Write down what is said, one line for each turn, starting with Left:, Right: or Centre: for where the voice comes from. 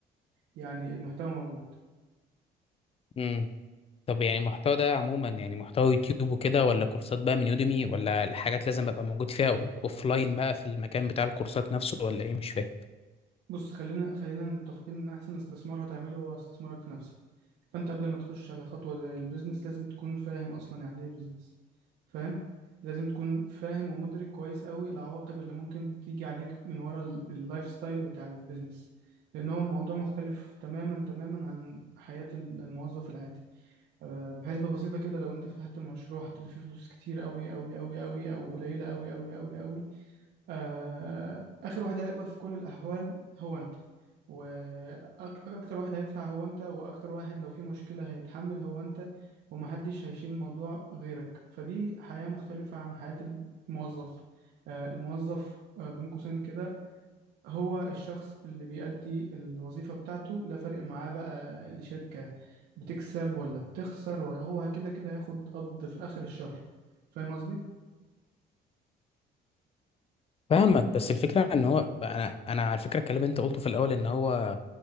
Right: يعني المحتوى موجود
Left: امم طب يعني المحتوى ده عموما يعني محتوى يوتيوب وكده ولا كورسات بقى من يوديمي ولا الحاجات لازم ابقى موجود فيها لاين بقى في المكان بتاع الكورسات نفسه ولا ايه مش فاهم
Right: بص خلينا خلينا متفقين ان احسن استثمار هتعمله هو استثمارك في نفسك فانت قبل ما تخش على خطوة زي البيزنس لازم تكون فاهم اصلا يعني ايه بيزنس فاهم لازم تكون فاهم ومدرك كويس قوي العواقب اللي ممكن تيجي عليك من ورا ال- اللايف ستايل بتاع البيزنس لان هو موضوع مختلف تماما تماما عن حياة ال- الموظف العادي آه، بحسبة بسيطة كده لو انت فتحت مشروع هتلاقي فيه فلوس كتير قوي قوي قوي قوي او قليلة قوي قوي قوي قوي آه، آخر واحد هيقبض في كل الأحوال هو أنت وأكتر واحد هيدفع هو أنت وأكتر واحد لو في مشكلة هيتحمل هو أنت ومحدش هيشيل الموضوع غيرك فدي حياة مختلفة عن حياة الموظف آه، الموظف آه، بين قوسين كده هو الشخص اللي بيأدي الوظيفة بتاعته لا فارق معاه بقى الشركة بتكسب ولا بتخسر ولا- هو كده كده هياخد قبض في آخر الشهر فاهم قصدي؟
Left: فاهمك بس الفكره ان هو انا انا على فكره الكلام اللي انت قلته في الاول ان هو